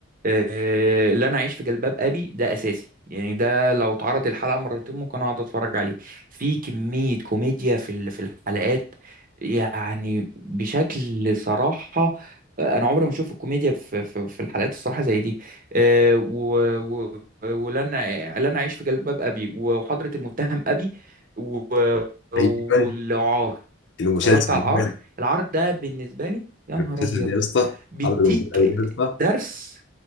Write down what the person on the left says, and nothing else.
ايوه المسلسل
ده
المسلسل
ده يا اسطى
حضرة منتهى ابي ده يا اسطى